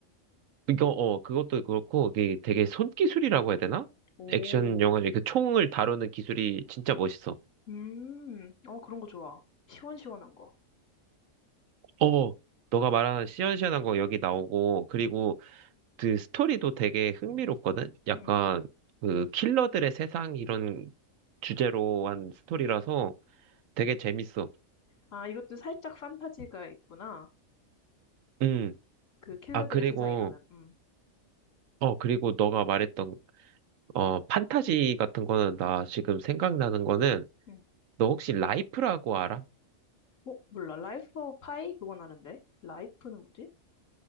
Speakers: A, on the right (about 75°); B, on the left (about 70°).
A: 이거, 어, 그것도 그렇고, 이게 되게 손기술이라고 해야 되나?
B: 오,
A: 액션 영화 중에 그 총을 다루는 기술이 진짜 멋있어.
B: 음, 어, 그런 거 좋아. 시원시원한 거.
A: 어, 너가 말하는 시원시원한 거 여기 나오고, 그리고
B: 음,
A: 그 스토리도 되게 흥미롭거든? 약간
B: 음.
A: 그 킬러들의 세상 이런 주제로 한 스토리라서 되게 재밌어.
B: 아, 이것도 살짝 판타지가 있구나.
A: 음.
B: 그 킬러들의
A: 아, 그리고,
B: 세상 이러면, 음,
A: 어, 그리고 너가 말했던, 어, 판타지 같은 거는 나 지금 생각나는 거는
B: 음.
A: 너 혹시 라이프라고 알아?
B: 어, 몰라. 라이프 오브 파이? 그건 아는데. 라이프는 뭐지?